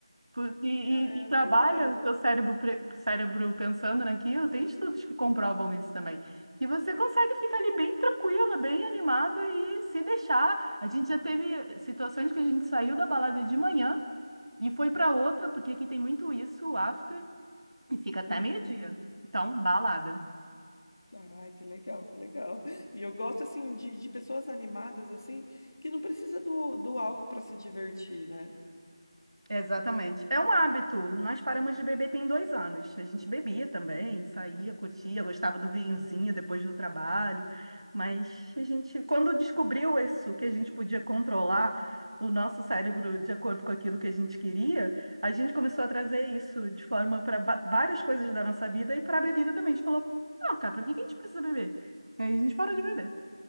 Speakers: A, on the right; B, on the left.
A: por- E, e-
B: Ah, é
A: e trabalha
B: verdade.
A: o seu cérebro, pre- cérebro pensando naquilo. Tem estudos que comprovam isso também. Que você consegue ficar ali bem tranquila, bem animada e se deixar. A gente já teve situações que a gente saiu da balada de manhã e foi para outra, porque aqui tem muito isso, o after, e fica até
B: Uhum.
A: meio-dia. Então, balada.
B: Ai, que legal, que legal. E eu gosto, assim, de, de pessoas animadas, assim, que não precisa do, do álcool para se divertir, né?
A: Exatamente. É um hábito. Nós paramos de beber tem dois anos. A gente bebia também, saía, curtia, gostava do vinhozinho depois do trabalho. Mas a gente, quando descobriu isso, que a gente podia controlar o nosso cérebro de acordo com aquilo que a gente queria, a gente começou a trazer isso de forma para várias coisas da nossa vida e para a bebida também. A gente falou, não, cara, para que que a gente precisa beber? E aí a gente parou de beber.